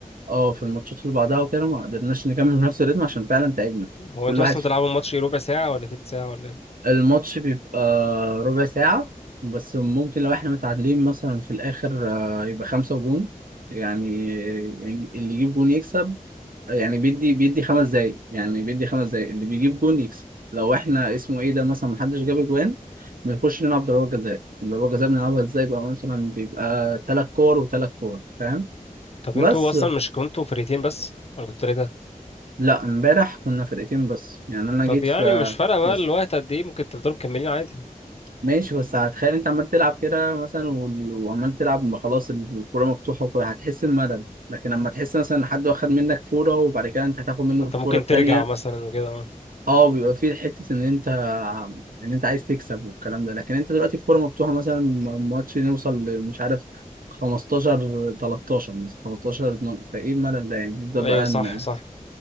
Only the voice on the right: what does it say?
اه في الماتشات اللي بعدها وكده ما قدرناش نكمل بنفس الريتم عشان فعلا تعبنا
كل
واحد
في...
الماتش بيبقى ربع ساعة بس ممكن لو احنا متعادلين مثلا في الآخر آه... يبقى خمسة جون يعني يعني اللي يجيب جون يكسب يعني بيدي بيدي خمس دقايق يعني بيدي خمس دقايق اللي بيجيب جون يكسب لو احنا اسمه ايه ده مثلا محدش جاب جوان بنخش نلعب ضربات جزاء ضربات جزاء بنلعبها ازاي بقى مثلا بيبقى تلات كور وتلات كور فاهم
بس
لا امبارح كنا فرقتين بس يعني انا
جيت
في
بس
ماشي بس هتخيل انت عمال تلعب كده مثلا وال- وعمال تلعب ما خلاص الفوره مفتوحه وكل- هتحس بملل لكن لما تحس مثلا ان حد واخد منك فوره وبعد كده انت هتاخد منه
الفوره
التانيه
اه بيبقى فيه حته ان انت ان انت عايز تكسب والكلام ده لكن انت دلوقتي في فورمه مفتوحه مثلا م- ماتش نوصل ل- مش عارف 15 13 مثلا 15 12 فايه الملل ده يعني نبدا
بقى
ن-